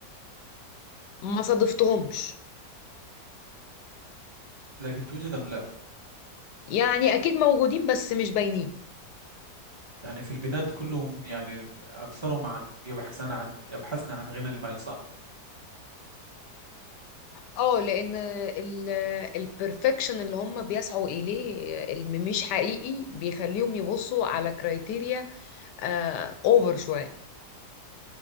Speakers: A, on the left; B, on the right.
A: ما صادفتهمش
B: لكن توجد أم لا
A: يعني اكيد موجودين بس مش باينين
B: يعني في البنات كلهم يعني أكثرهم عن يبحثان عن يبحثن عن غنى المال صح
A: اه لان ال- البرفكشن اللي هم بيسعوا اليه اللي مش حقيقي بيخليهم يبصوا على كرايتيريا آه اوفر شويه